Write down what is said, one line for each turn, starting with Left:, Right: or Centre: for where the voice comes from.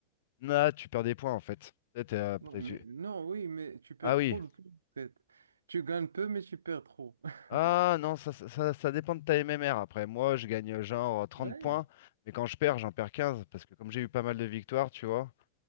Left: Là, tu perds des points en fait. Peut-être, euh, peut-être
Right: Non, mais-
Left: tu-
Right: non, oui, mais tu perds
Left: Ah oui.
Right: trop de points, en fait. Tu gagnes peu, mais tu perds trop. <laughs>
Left: Ah non, ça, ça, ça- ça dépend de ta MMR. Après, moi, je gagne euh, genre trente
Right: Ouais.
Left: points, mais quand je perds, j'en perds quinze Parce que comme j'ai eu pas mal de victoires, tu vois,